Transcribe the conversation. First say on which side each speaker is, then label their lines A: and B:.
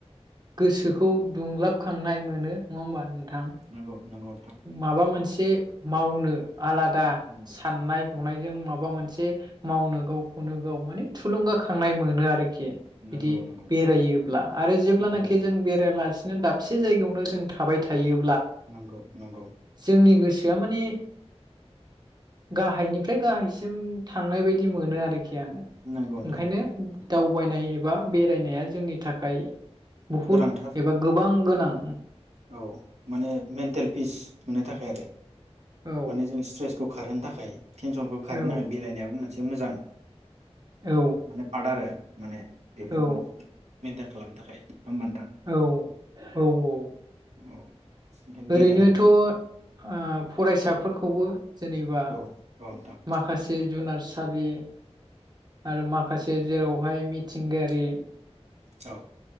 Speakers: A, on the right; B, on the right.
A: गोसोखौ दुंलाबखांनाय मोनो। होमबा नोंथां?
B: नंगौ नंगौ नोंथां
A: माबा मोनसे मावनो आलादा
B: नंगौ
A: साननाय हनायजों माबा मोनसे मावनो गाव खौनो गाव माने थुलुंगाखां खांनाय मोनो आरोखि
B: नंगौ
A: बिदि
B: नंगौ नोंथां
A: बेरायोब्ला आरो जेब्लानाखि
B: नंगौ
A: जों बेरायलासि नो दाबसे जायगायावनो जों थाबाय थायो
B: नंगौ नंगौ
A: जोंनि गोसोआ माने गाहायनिफ्राय गाहायसिम थांनाय बायदि मोनो आरोखि
B: नंगौ नोंथां
A: ओंखायनो
B: नंगौ नंगौ
A: दावबायनाय बा बेरायनाया जोंनि थाखाय बहुद
B: गोनांथार
A: एबा गोबां गोनां
B: औ माने मेन्टेल पिस मोननो थाखाय आरो
A: औ
B: माने जों स्ट्रेस औ खारहोनो थाखाय टेनसनखौ खारहोनो
A: औ
B: थाखाय बेरायनायाबो मोनसे मोजां
A: औ
B: माने पाद आरो माने बेफोरखौ
A: औ
B: मेेनटेन खालामनो थाखाय होमबान
A: औ औ औ
B: औ ओंखायनो बेरायनांगौ
A: ओरैनोथ आ फरायसा फोरखौबो जेनेबा
B: औ नोंथां
A: माखासे जुनार सागि आरो माखासे जेरावहाय मिथिंगायारि
B: औ